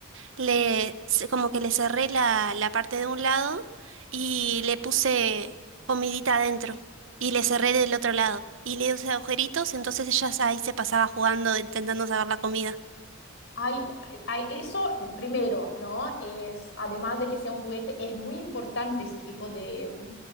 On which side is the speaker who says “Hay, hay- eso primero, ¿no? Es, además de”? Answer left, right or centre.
Left